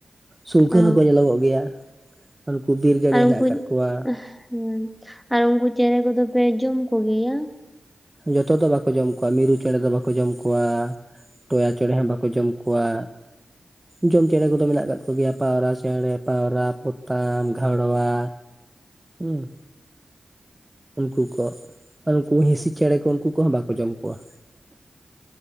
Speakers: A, on the right; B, in the centre.
A: ᱥᱩᱝᱠᱷᱟᱹᱱ
B: ᱚ
A: ᱦᱚᱸᱠᱚ ᱧᱮᱞᱚᱜᱚᱜ ᱜᱮᱭᱟ ᱩᱱᱠᱩ ᱵᱤᱨ ᱜᱮᱰᱮ
B: ᱟᱨ
A: ᱦᱮᱱᱟᱜ
B: ᱩᱱᱠᱩ
A: ᱟᱠᱟᱫ ᱠᱚᱣᱟ᱾
B: ᱦᱮᱸ ᱟᱨ ᱩᱱᱠᱩ ᱪᱮᱬᱮ ᱠᱚᱫᱚ ᱯᱮ ᱡᱚᱢ ᱠᱚᱜᱮᱭᱟ?
A: ᱡᱚᱛᱚ ᱫᱚ ᱵᱟᱠᱚ ᱡᱚᱢ ᱠᱚᱣᱟ ᱢᱤᱨᱩ ᱪᱮᱬᱮ ᱫᱚ ᱵᱟᱠᱚ ᱡᱚᱢ ᱠᱚᱣᱟ ᱴᱚᱭᱟ ᱪᱮᱬᱮ ᱦᱚᱸ ᱵᱟᱠᱚ ᱡᱚᱢ ᱠᱚᱣᱟ ᱡᱚᱢ ᱪᱮᱬᱮ ᱠᱚᱫᱚ ᱢᱮᱱᱟᱜ ᱟᱠᱟᱫ ᱠᱚᱜᱮᱭᱟ ᱯᱟᱣᱨᱟ ᱪᱮᱬᱮ ᱯᱟᱣᱨᱟ ᱯᱚᱛᱟᱢ ᱜᱷᱮᱸᱲᱣᱟ ᱦᱩᱸ ᱩᱱᱠᱩ ᱠᱚ ᱟᱨ ᱩᱱᱠᱩ ᱦᱤᱥᱤ ᱪᱮᱬᱮ ᱠᱚ ᱩᱱᱠᱩ ᱠᱚᱦᱚᱸ ᱵᱟᱠᱚ ᱡᱚᱢ ᱠᱚᱣᱟ᱾